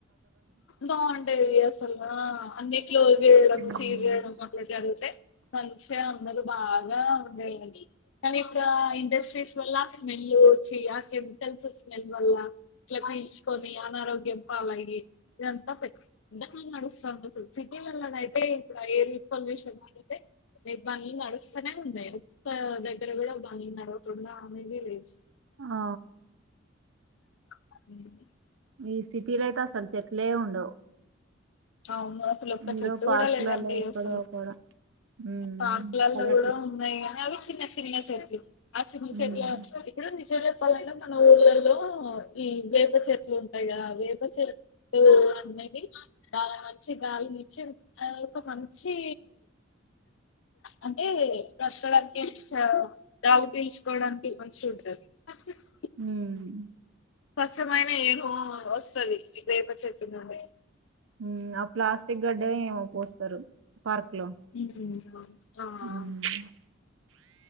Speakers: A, on the left; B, on the right.
A: బాగుంటది అసలు ఆ అన్ని క్లోజ్ జేయడం,
B: ఉమ్.
A: సీజ్ జేయడం, అట్లా జరుగుతే. మంచిగ అందరు బాగ్ బాగా ఉన్నాయండి కానీ ఇప్పుడు ఆ ఇండస్ట్రీస్ వల్ల స్మెల్ వచ్చి ఆ కెమికల్స్ వస్ <unintelligible> అనారోగ్యం పాలయ్యి. ఇదంతా పెద్దగ నడుససాంది అసలు, సిటీలలల్లనయితే ఇప్పుడు ఎయిర్ పొల్యూషన్ అ అయితే. నీ బండ్లు నడుస్సనే ఉన్నయ్, ఒక్క దగ్గర గూడా బండ్లు నడవకుండా అనేది లేదు.
B: ఆ
A: <inaudible>
B: ఈ సిటీలో అయితే అసలు చెట్లే ఉండవు
A: అవును అసలు ఒక్క
B: ఇందులో
A: చెట్టు
B: పార్కులలో
A: గూడా లేదండి
B: ఎక్కడో
A: అస్సలు
B: అక్కడ హ్మ్
A: పార్క్ లల్లో
B: పల్లెటూ
A: గూడా ఉన్నాయ గాని అవి చిన్న చిన్న చెట్లు, ఆ చిన్న
B: హ్మ్
A: చెట్లు ఇప్పుడు నిజాల్ ఎప్పాలన్నా. మన ఊర్లల్లో ఈ వేప చెట్లు ఉంటాయి గదా, వేప చెట్టు అనేది. డాలి మంచి గాలినిచ్చి ఆ ఒక మంచీ అంటే బ్రత్కడానికి ఆ గాలి పీల్చుకోడానికి మంచిగ ఉంటది. అ <unintelligible>
B: ఉమ్
A: స్వచ్ఛమైన ఎయిరు వస్తది వేప చెట్టు నుండి
B: మ్మ్ ఆ ప్లాస్టిక్ గడ్డే ఏమో కోస్తరు పార్క్ లో
A: ఉ అవును ఆ
B: ఉమ్